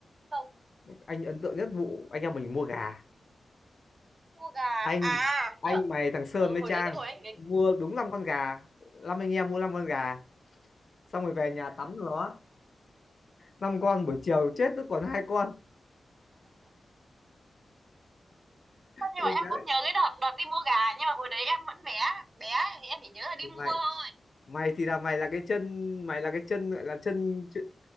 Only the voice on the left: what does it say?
anh ấn tượng nhất vụ anh em mình mua gà
anh
anh
mày thằng Sơn
với
Trang
mua đúng 5 con gà năm anh em mua 5 con gà xong rồi về nhà tắm nó năm con buổi chiều chết nó còn hai con
Ôi
bé
thì
mày
mày thì là mày là cái chân mày là cái chân gọi là chân chứ-